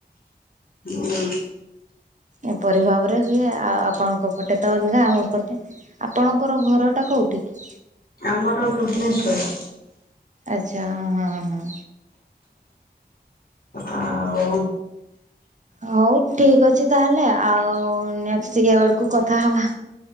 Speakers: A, on the left; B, on the right.
A: ହୁଁ।
B: ଏପରି ଭାବରେ ହୁଏ ଆଉ ଆପଣଙ୍କ ପଟେ ତ ଅଲଗା ଆମ ପଟେ ଆପଣଙ୍କର ଘରଟା କଉଠି କି?
A: ଆମର ଭୁବେନେଶ୍ୱର୍।
B: ଆଚ୍ଛା ହଁ ହଁ ହଁ।
A: ଆଉ
B: ହଉ ଠିକ୍ ଅଛି ତାହେଲେ ଆଉ ନେକ୍ସଟ୍ ଇଏ ବେଳକୁ କଥା ହବା।